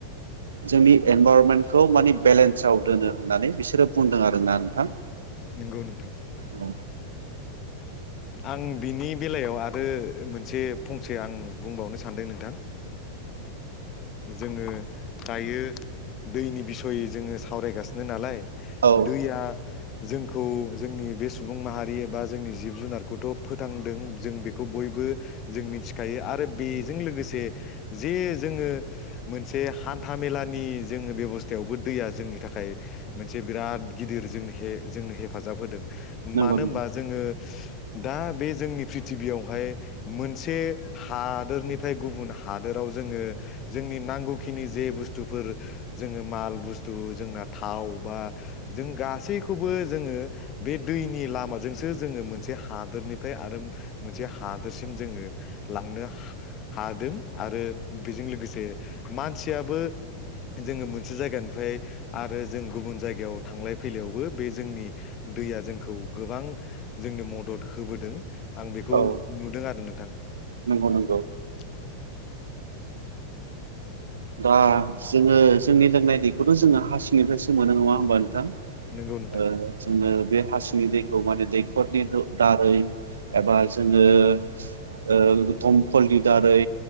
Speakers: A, on the right; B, on the left.
A: जोंनि इनभाररनमेन्टखौ माने बेलेन्साव दोनो होननानै बिसोरो बुंदों आरोना नोंथां।
B: नंगौ नोंथां
A: औ
B: आं बिनि बेलायाव आरो मोनसे फंसे आं बुंबावनो सानदों नोंथां। जोङो दायो दैनि बिसयै जोङो सावरायगासिनो नालाय।
A: औ
B: दैया जोंखौ जोंनि बे सुबुं माहारि एबा जोंनि जिब जुनार खौथ' फोथांदों जों बेखौ बयबो जों मिथिखायो आरो बेजों लोगोसे जे जोङो मोनसे हान्था मेलानि जोङो बेब'स्थायावबो दैया जोंनि थाखाय मोनसे बिराद गिदिर जोंनो जोंनो हेफाजाब होदों। मानो
A: नंगौ
B: होनोमबा
A: नंगौ
B: जोङो दा बे जोंनि प्रिथिबियावहाय मोनसे हादोरनिफ्राय गुबुन हादोराव जोङो जोंनि नांगौखिनि जे बुस्थुफोर जोङो माल बुस्थु जोंना थाव बा जों गासैखौबो जोङो बे दैनि लामाजोंसो जोङो मोनसे हादोरनिफ्राय आरो मोनसे हादोरसिम जोङो लांनो हादों आरो बेजों लोगोसे । मानसियाबो जोङो मोनसे जायगानिफ्राय आरो जों गुबुन जायगायाव थांलाय फैलायावबो बे जोंनि दैया जोंखौ गोबां जोंनो मदद । होबोदों। आं बेखौ
A: औ
B: नुदों आरो नोंथां ।
A: नंगौ नंगौ दा जोङो जोंनि लोंनाय दैखौथ' जोङो हासिंनिफ्रायसो मोनो नङा होमबा नोंथां ।
B: नंगौ नोंथां
A: ओ जोंङो । बे हासिंनि दैखौ माने दैखरनि दारै एबा जोङो ओ दमखलनि दारै